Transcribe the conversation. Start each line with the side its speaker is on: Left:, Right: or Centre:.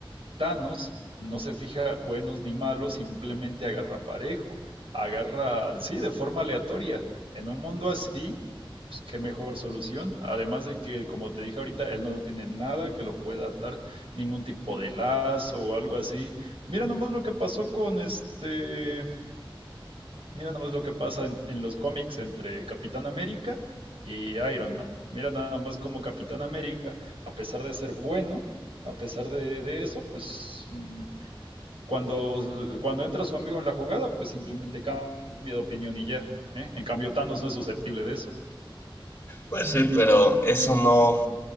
Right: Thanos no se fija buenos ni malos, simplemente agarra parejo, agarra, sí, de forma aleatoria. En un mundo así, pues qué mejor solución. Además de que, como te dije ahorita, él no tiene nada que lo pueda atar, ningún tipo de lazo o algo así. Mira nomás lo que pasó con este, mira nomás lo que pasa en, en los cómics entre Capitán América y Iron Man. Mira nada más como Capitán América, a pesar de ser bueno, a pesar de, de eso, pues mm, cuando, cuando entra su amigo en la jugada, pues simplemente cambia de opinión y ya. ¿eh? En cambio, Thanos no es susceptible de eso.
Left: Pues sí, pero eso no.